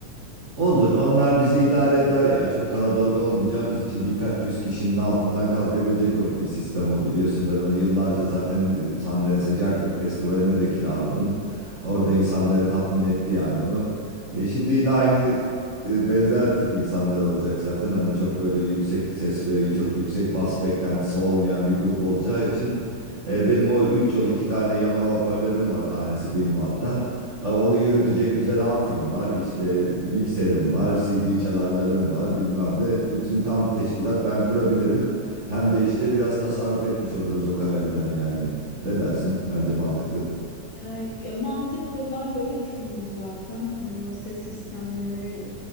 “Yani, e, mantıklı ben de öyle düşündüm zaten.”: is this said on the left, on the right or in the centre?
Left